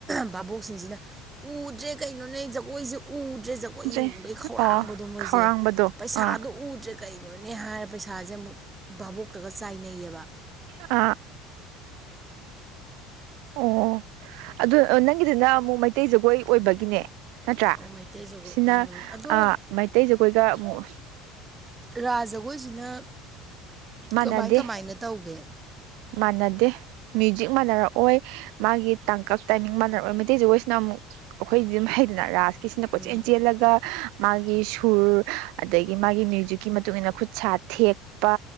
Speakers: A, on the right; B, on the right.
A: ꯚꯥꯕꯣꯛꯁꯤꯡꯁꯤꯅ ꯎꯗ꯭ꯔꯦ ꯀꯩꯅꯣꯅꯦ ꯖꯒꯣꯏꯁꯦ ꯎꯗ꯭ꯔꯦ ꯖ ꯒꯣꯏ
B: ꯗ꯭ꯔꯦ
A: ꯌꯦꯡꯅꯤꯡꯕꯩ ꯈꯧꯔꯥꯡꯕꯗꯣ
B: ꯑꯣ
A: ꯃꯣꯏꯁꯦ
B: ꯈꯧꯔꯥꯡꯕꯗꯣ
A: ꯄꯩꯁꯥꯗꯣ
B: ꯑꯥ
A: ꯎꯗ꯭ꯔꯦ ꯀꯩꯅꯣꯅꯦ ꯍꯥꯏꯔ ꯄꯩꯁꯥꯁꯦ ꯑꯃꯨꯛ ꯚꯥꯕꯣꯛꯇꯒ ꯆꯥꯏꯅꯩꯌꯦꯕ
B: ꯑꯥ ꯑꯣ ꯑꯗꯨ ꯑ ꯅꯪꯒꯤꯗꯨꯅ ꯑꯃꯨꯛ ꯃꯩꯇꯩ ꯖꯒꯣꯏ ꯑꯣꯏꯕꯒꯤꯅꯦ ꯅꯠꯇ꯭ꯔꯥ
A: ꯑꯣ ꯃꯩꯇꯩ ꯖꯒꯣꯏ
B: ꯁꯤꯅ
A: ꯎꯝ ꯑꯗꯣ
B: ꯑ ꯃꯩꯇꯩꯖꯈꯣꯏꯒ ꯑꯃꯨꯛ
A: ꯔꯥꯖꯖꯒꯣꯏꯁꯤꯅ
B: ꯃꯥꯟꯅꯗꯦ
A: ꯀꯃꯥꯏ ꯀꯃꯥꯏꯅ ꯇꯧꯒꯦ
B: ꯃꯥꯟꯅꯗꯦ ꯃ꯭ꯌꯨꯖꯤꯛ ꯃꯥꯟꯅꯔꯛꯑꯣꯏ ꯃꯥꯒꯤ ꯇꯥꯡꯀꯛ ꯇꯥꯏꯃꯤꯡ ꯃꯥꯟꯅꯔꯛ ꯑꯣꯏ ꯃꯩꯇꯩ ꯖꯒꯣꯏꯁꯤꯅ ꯑꯃꯨꯛ ꯑꯩꯈꯣꯏ ꯑꯗꯨꯝ ꯍꯩꯗꯅ ꯔꯥꯁꯀꯤꯁꯤꯅ ꯀꯣꯏꯆꯦꯟ
A: ꯎꯝ
B: ꯆꯦꯜꯂꯒ ꯃꯥꯒꯤ ꯁꯨꯔ ꯑꯗꯒꯤ ꯃꯥꯒꯤ ꯃ꯭ꯌꯨꯖꯤꯛꯀꯤ ꯃꯇꯨꯡꯏꯟꯅ ꯈꯨꯠ ꯁꯥ ꯊꯦꯛ ꯄ